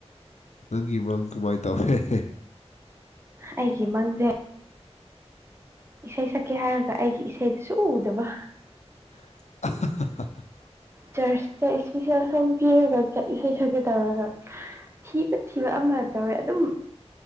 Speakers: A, on the left (about 85°); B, on the right (about 25°).
A: ꯅꯪꯒꯤ ꯃꯪ ꯀꯃꯥꯏꯟ ꯇꯧꯔꯦ ꯍꯦ ꯍꯦ
B: ꯑꯩꯒꯤ ꯃꯪꯖꯦ ꯏꯁꯩ ꯁꯛꯀꯦ ꯍꯥꯏꯔꯒ ꯑꯩꯒꯤ ꯏꯁꯩꯗꯨ ꯁꯨꯛꯎ ꯎꯗꯕ
A: <unintelligible>
B: ꯆꯔꯆꯇ ꯏꯁꯄꯤꯁꯦꯜ ꯁꯣꯡ ꯄꯤꯔꯒ ꯏꯁꯩ ꯁꯛꯀꯦ ꯇꯧꯔꯒ ꯊꯤꯕ ꯊꯤꯕ ꯑꯃ ꯇꯧꯋꯦ ꯑꯗꯨꯝ